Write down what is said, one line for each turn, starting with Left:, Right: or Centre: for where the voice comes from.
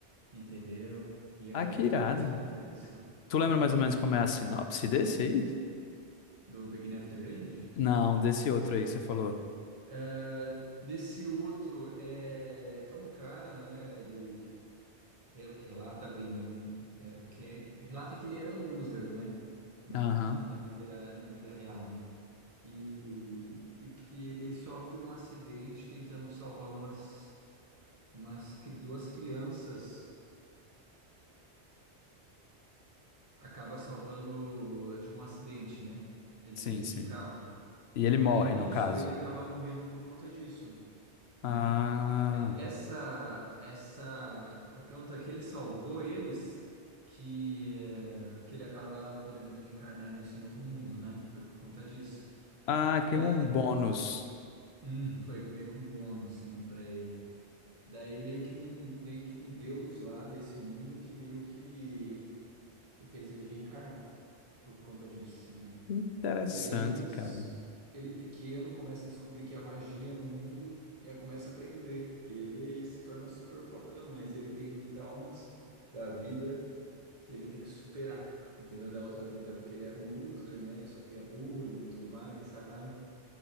Right: entendeu? Ia
Left: Ah,
Right: criar
Left: que
Right: interesse
Left: irado.
Right: para isso.
Left: Tu lembra
Right: Hum,
Left: mais ou menos como é a sinopse desse aí?
Right: do Beginning After End.
Left: Não, desse outro aí que você falou.
Right: É, desse outro é, é um cara, né? Ele Re- relata bem, um, é, que é, relata que ele era um loser, né? Na,
Left: Aham,
Right: na, na vida, na vida real, né? E, e que ele sofre um acidente tentando salvar umas, umas cri- duas crianças, acaba salvando de um acidente, né? De,
Left: sim, sim.
Right: de carro.
Left: E ele
Right: Daí
Left: morre,
Right: nisso
Left: no caso.
Right: ele acaba morrendo por conta disso, né?
Left: Ah,
Right: Essa, essa, por conta que ele salvou eles, que, eh, que ele acaba podendo reencarnar nesse novo mundo, né? Foi por conta disso.
Left: ah, tem
Right: Daí,
Left: um bônus.
Right: hum, foi que meio que um bônus, assim, para ele. Daí meio que um, meio que um deus lá desse mundo que meio que, que fez ele reencarnar por conta disso, né?
Left: Que Interessante,
Right: Daí nisso,
Left: cara.
Right: ele pequeno começa a descobrir que há magia no mundo e aí começa a aprender. E ele se torna super fodão, mas ele tem traumas da vida que ele tem que superar, entendeu? Da outra vida, porque ele era um loser, né? Sofria bullying e tudo mais, sabe?